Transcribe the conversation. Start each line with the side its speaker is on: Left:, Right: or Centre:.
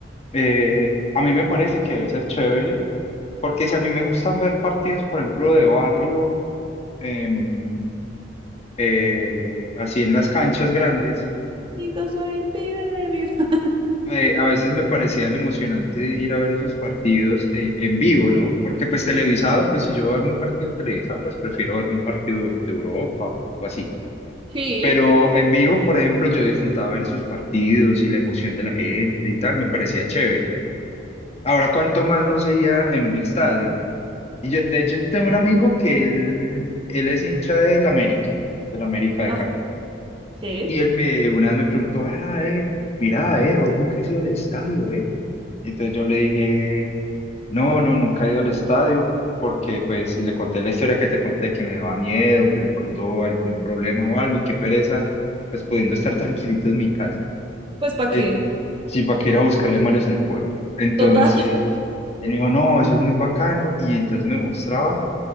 Left: eh, a mí me parece que debe ser chévere, porque si a mí me gustan ver partidos, por ejemplo, de barrio, em, eh, así en las canchas grandes,
Right: Digo, soy el pibe de mi... <laughs>
Left: eh, a veces me parecían emocionante ir a ver esos partidos eh, en vivo, ¿no? Porque pues televisado, pues si yo voy a verme un partido televisado, pues prefiero verme un partido de Europa o así.
Right: Sí.
Left: Pero en vivo, por ejemplo, yo disfrutaba ver esos partidos y la emoción de la gente y tal, me parecía chévere. Ahora, ¿cuánto más no sería en un estadio? Y yo, de hecho, yo tengo un amigo que él, él es hincha del América, del América de
Right: Ajá,
Left: Cali.
Right: sí.
Left: Y él me, una vez me preguntó, ah, eh, mira, eh, vos nunca has ido al estadio, eh. Entonces yo le dije, no, no, nunca he ido al estadio, porque pues, y le conté la historia que te conté, que me daba miedo, que de pronto algún problema o algo, y qué pereza, pues pudiendo estar <laughs> tranquilito en mi casa.
Right: Pues, ¿para
Left: eh,
Right: qué?
Left: sí, para que ir a buscarle malos al cuerpo. Entonces,
Right: Total.
Left: él me dijo, no, eso es muy bacano. Y entonces me mostraba